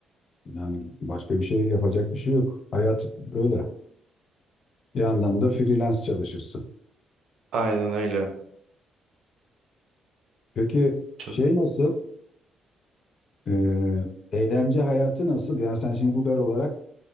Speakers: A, on the left (about 50°); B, on the right (about 70°).
A: Yani başka bir şey yapacak bir şey yok. Hayat böyle. Bir yandan da freelance çalışırsın.
B: Aynen öyle.
A: Peki
B: Çok
A: şey nasıl? E, eğlence hayatı nasıl? Yani sen şimdi Uber olarak